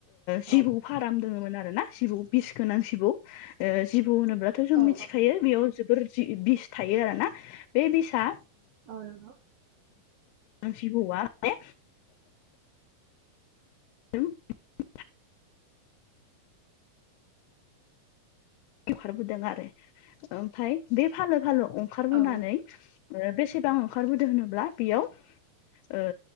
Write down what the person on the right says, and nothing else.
औ
औ
औ नंगौ
औ नंगौ औ